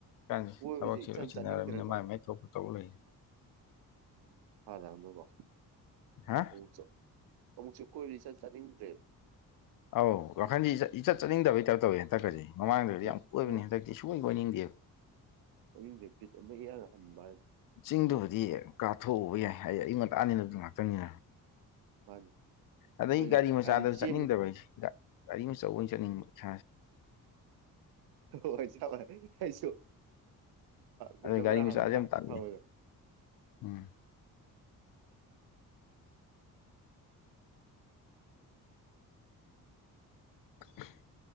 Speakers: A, on the left; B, on the right.
A: ꯥꯟ
B: ꯀꯣꯏꯕꯁꯦ
A: ꯊꯕꯛꯁꯦ
B: ꯏꯆꯟ
A: ꯂꯣꯏ ꯁꯤꯟꯅꯔꯕꯃꯤꯅ
B: ꯆꯠꯅꯤꯡꯗ꯭ꯔꯦꯀꯣ
A: ꯃꯥꯏ ꯃꯥꯏ ꯊꯣꯛꯄ ꯇꯧ ꯂꯩ
B: ꯐꯔꯑꯝꯅꯀꯣ
A: ꯍꯥ
B: ꯑꯃꯨꯛꯁꯨ ꯑꯃꯨꯛꯁꯨ ꯀꯣꯏꯔꯤ ꯆꯠ ꯆꯥꯅꯤꯡꯗ꯭ꯔꯦꯕ
A: ꯑꯧ ꯋꯥꯈꯟꯗꯤ ꯏꯆꯠ ꯆꯠꯅꯤꯡꯗꯕꯩꯇꯔ ꯇꯧꯋꯤ ꯍꯟꯗꯛꯀꯁꯤꯦ ꯃꯃꯥꯡꯗꯗꯤ
B: ꯎꯝ
A: ꯌꯥꯝ ꯀꯣꯏꯕꯅꯤ
B: ꯎꯝ
A: ꯍꯟꯗꯛꯀꯤ ꯁꯤ ꯁꯨꯡꯣꯏ ꯀ ꯑꯣꯏꯅꯤꯡꯗꯦꯕ
B: ꯃꯌꯨꯝꯕꯤꯠ ꯑꯃ ꯏꯔ ꯍꯟꯕ ꯍꯥꯏ
A: ꯆꯤꯡꯗꯨꯕꯨꯗꯤ ꯀꯥꯞꯊꯣꯛꯎꯕ ꯌꯥꯏ ꯑꯩ ꯑꯌꯨꯛ ꯉꯟꯇꯥꯅꯤꯅ ꯑꯗꯨ ꯉꯥꯛꯇꯪꯅꯤ
B: ꯃꯥꯅꯤ
A: ꯑꯗꯩ
B: ꯍꯣꯏ
A: ꯒꯥꯔꯤ ꯃꯆꯥꯗ
B: ꯍꯥꯏꯗꯤ ꯆꯦꯟ
A: ꯆꯠꯅꯤꯡꯗꯕꯩꯁꯦ ꯒꯥꯔꯤꯑꯆꯧꯕ ꯑꯣꯏꯅ ꯆꯠꯅꯤꯡꯕꯥꯁꯦ
B: ꯍꯣꯏ <inaudible> ꯌꯥꯥꯏꯁꯨ ꯐꯤꯖꯕ
A: ꯑꯗꯩ ꯒꯥꯔꯤ ꯃꯆꯥꯁꯦ
B: ꯍꯟꯕ꯭ꯔꯥ
A: ꯌꯥꯝ ꯇꯜꯂꯤ
B: ꯊꯑꯣꯏꯗ
A: ꯎꯝ <inaudible>